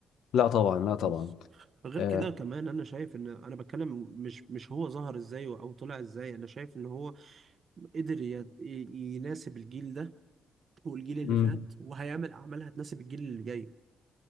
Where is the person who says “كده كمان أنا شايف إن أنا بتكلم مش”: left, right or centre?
Right